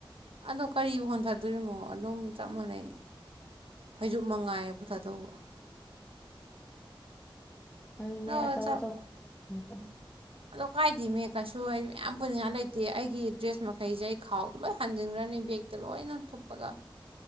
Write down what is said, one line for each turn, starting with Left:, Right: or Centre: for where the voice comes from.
Right: ꯑꯗꯣ ꯀꯔꯤꯕꯨ ꯍꯣꯟꯊꯗꯣꯔꯤꯅꯣ ꯑꯗꯨꯝ ꯆꯞ ꯃꯥꯟꯅꯩ ꯐꯩꯖꯨꯞ ꯃꯉꯥꯏ ꯄꯨꯊꯗꯧꯕ
Left: ꯑꯗꯨꯅꯦ
Right: ꯂꯧꯔ
Left: ꯑꯆꯧ
Right: ꯆꯠꯂꯣ
Left: ꯑꯆꯧꯕ ꯎꯝ ꯎꯝ
Right: ꯑꯗꯣ ꯀꯥꯏꯗꯦꯃꯦ ꯀꯩꯁꯨ ꯍꯥꯏꯗꯤ ꯃꯌꯥꯝ ꯄꯨꯅꯤꯡꯉꯥꯏ ꯂꯩꯇꯦ ꯑꯩꯒꯤ ꯗ꯭ꯔꯦꯁ ꯃꯈꯩꯁꯦ ꯑꯩ ꯈꯥꯎꯗ ꯂꯣꯏ ꯍꯥꯅꯖꯤꯟꯈ꯭ꯔꯅꯤ ꯕꯦꯛꯇ ꯂꯣꯏꯅ ꯊꯨꯞꯄꯒ